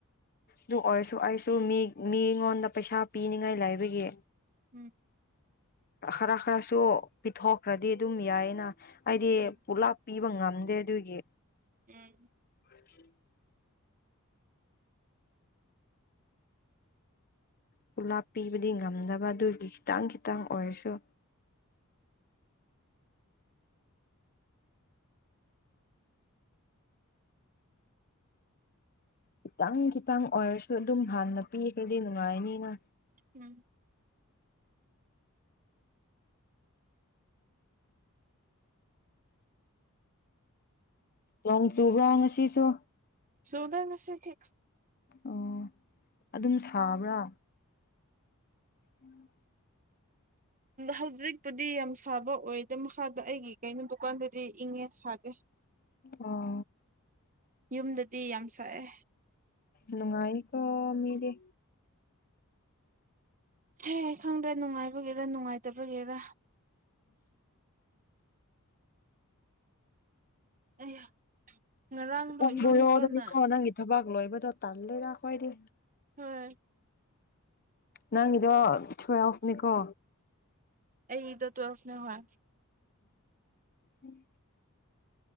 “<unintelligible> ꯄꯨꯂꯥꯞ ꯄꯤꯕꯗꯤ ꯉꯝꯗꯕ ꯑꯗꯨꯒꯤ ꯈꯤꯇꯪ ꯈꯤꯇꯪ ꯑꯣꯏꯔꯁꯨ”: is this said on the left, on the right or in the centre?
Left